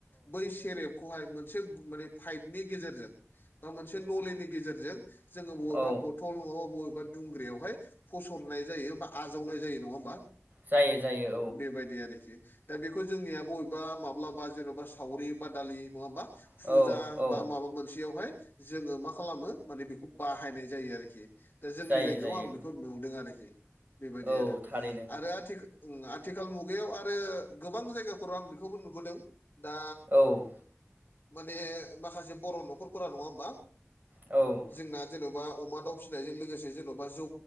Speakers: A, on the left; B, on the right.
A: बै सेरेबखौहाय मोनसे माने पाइपनि गेजेरजों बा मोनसे नलनि गेजेरजों जोङो बबेबा
B: औ
A: बथल थौल नङाबा बबेबा दुंग्रियावहाय फसरनाय जायो बा आजावनाय जायो नङा होमबा
B: जायो जायो
A: बेबायदि आरोखि दा बेखौ जोंनिया बबेबा माब्लाबा जेन'बा सावरि बा दालि नङाबा फुजा
B: औ औ
A: बा माबा मोनसेयावहाय जोङो मा खालामो माने बेखौ बाहायनाय जायो आरोखि दा जोंनि
B: जायो
A: जायगायाव
B: जायो
A: आं बेखौ नुदों आरोखि बेबायदि
B: औ
A: आरो
B: थारैनो
A: आरो आथिखाल आथिखाल मुगायाव आरो गोबां जायगाफोराव आं बेखौबो नुबोदों दा
B: औ
A: माने माखासे बर' न'खरफोरा नङा होमबा
B: औ
A: जोंना जेन'बा अमा दाउ फिसिनायजों लोगोसे जेन'बा जौ